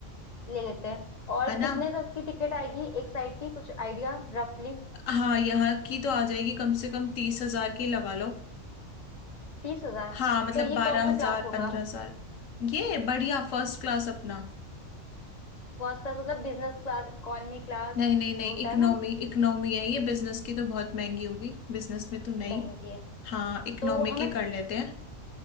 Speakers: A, on the left; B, on the left.
A: ले लेते हैं और
B: है ना
A: कितने तक की टिकट आएगी एक साइड की कुछ आइडिया रफली
B: हाँ यहाँ की तो आ जाएगी कम से कम तीस हजार की लगा लो
A: तीस हजार
B: हाँ मतलब
A: तो ये
B: बारह
A: कौन सा
B: हजार
A: क्लास होगा
B: पंद्रह हजार ये बढ़िया फर्स्ट क्लास अपना
A: फर्स्ट क्लास मतलब बिजनेस क्लास इकोनॉमी क्लास
B: नहीं नहीं नहीं
A: होता
B: इकोनॉमी
A: है ना
B: इकोनॉमी है ये बिजनेस की तो बहुत महंगी होगी बिजनेस में तो नहीं
A: महंगी है
B: हाँ इकोनॉमी
A: तो हमें
B: की कर लेते हैं